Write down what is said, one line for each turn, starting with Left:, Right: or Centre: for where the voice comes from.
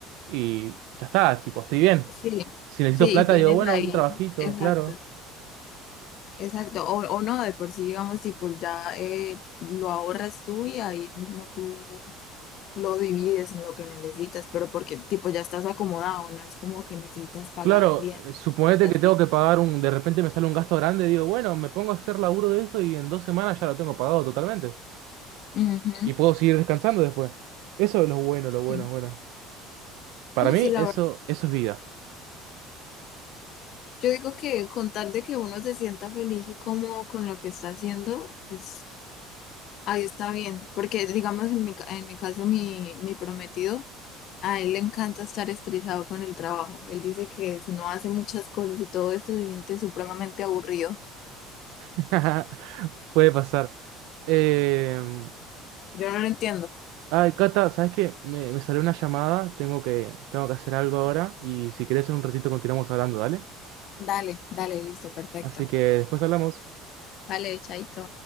Right: y ya está, tipo, estoy bien.
Left: Sí,
Right: Si necesito
Left: Sí,
Right: plata,
Left: y tienes
Right: digo, bueno,
Left: ahí,
Right: un trabajito,
Left: exacto,
Right: claro.
Left: exacto. O, o no, de por sí, digamos, tipo, ya eh, lo ahorras tú y ahí mismo tú lo divides en lo que necesitas, pero porque, tipo, ya estás acomodado, no es como que necesitas pagar
Right: Claro,
Left: arriendo,
Right: eh, suponete
Left: cosas
Right: que tengo
Left: así.
Right: que pagar un, de repente me sale un gasto grande, digo, bueno, me pongo a hacer laburo de esto y en dos semanas ya lo tengo pagado totalmente.
Left: Ujú.
Right: Y puedo seguir descansando después. Eso es lo bueno, lo bueno,
Left: Sí.
Right: bueno. Para
Left: No,
Right: mí,
Left: sí, la
Right: eso,
Left: verdad.
Right: eso es vida.
Left: Yo digo que con tal de que uno se sienta feliz y cómodo con lo que está haciendo, pues Ahí está bien, porque digamos en mi, ca- en mi caso mi, mi prometido, a él le encanta estar estresado con el trabajo. Él dice que si no hace muchas cosas y todo esto se siente supremamente aburrido.
Right: <laughs> Puede pasar. Eh,
Left: Yo no lo entiendo.
Right: Ay, Cata, ¿sabes qué? Me, me salió una llamada, tengo que, tengo que hacer algo ahora y si querés en un ratito continuamos hablando, ¿dale?
Left: Dale, dale, listo, perfecto.
Right: Así que después hablamos.
Left: Vale, chaito.